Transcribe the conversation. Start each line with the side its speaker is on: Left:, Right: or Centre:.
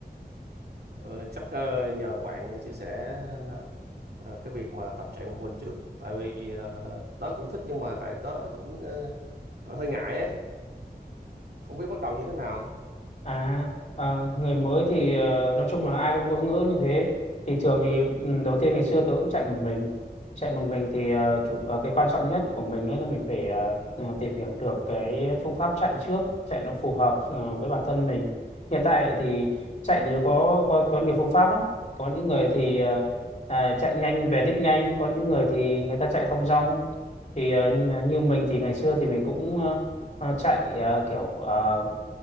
Right: Ờ, chắc ờ, nhờ bạn ờ, chia sẻ ờ, cái việc mà tập chạy một mình trước. Tại vì ờ, tớ cũng thích nhưng mà tại tớ cũng ờ, hơi ngại ấy. Không biết bắt đầu như thế nào.
Left: À, à người mới thì ờ, nói chung là ai cũng bỡ ngỡ như thế thì thường thì ừ, đầu tiên ngày xưa tớ cũng chạy một mình chạy một mình thì ờ, chủ, ờ, cái quan trọng nhất của mình ấy là mình phải ờ, ờ, tìm hiểu được cái phương pháp chạy trước chạy nó phù hợp ờ, với bản thân mình hiện tại thì chạy thì có có có nhiều phương pháp lắm có những người thì ờ, à, chạy nhanh về đích nhanh có những người thì người ta chạy thong dong thì ờ, như như mình thì ngày xưa thì mình cũng ờ, ờ, chạy ờ, kiểu ờ,